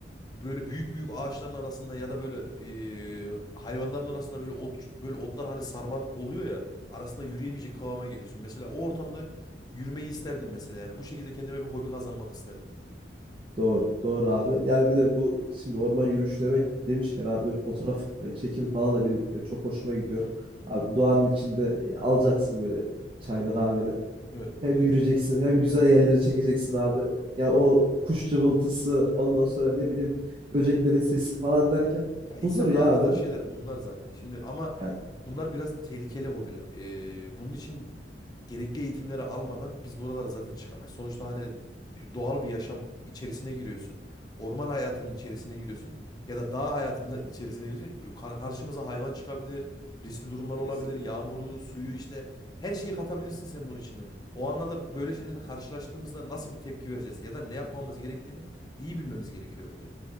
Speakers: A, on the left; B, on the right.
A: böyle büyük büyük ağaçların arasında ya da böyle ee, hayvanların arasında böyle ot böyle otlar hani sarmal oluyor ya arasında yürüyemeyecek kıvama geliyorsun. Mesela o ortamda yürümeyi isterdim mesela yani bu şekilde kendime bir hobi kazanmak isterdim.
B: Doğru. Doğru abi. Yani bir de bu şimdi orman yürüyüşü demek demişken abi böyle fotoğraf
A: Hı hı,
B: e, çekimi falan da benim e, çok hoşuma gidiyor.
A: hı hı.
B: Abi doğanın içinde e, alacaksın böyle çayını kahveni.
A: Evet.
B: Hem
A: <laughs>
B: yürüyeceksin hem güzel yerleri çekeceksin abi. Ya o kuş cıvıltısı ondan sonra ne bileyim böceklerin sesi falan derken
A: Ya insan
B: huzur ya
A: rahatlatan
B: abi.
A: şeyler bunlar zaten. Şimdi ama
B: Yani
A: bunlar biraz da tehlikeli hobiler. Ee, bunun için gerekli eğitimleri almadan biz buralara zaten çıkamayız. Sonuçta hani e, doğal bir yaşam içerisine giriyorsun. Orman hayatının içerisine giriyorsun ya da dağ hayatında <laughs> içerisine giriyorsun. Kar- Karşımıza hayvan çıkabilir, riskli durumlar olabilir,
B: Kesinlikle.
A: yağmuru, suyu işte her şeyi katabilirsin sen bunun içine. O anlarda bu- böyle şeylerle karşılaştığımızda nasıl bir tepki vereceğiz ya da ne yapmamız gerektiğini iyi bilmemiz gerekiyor bence.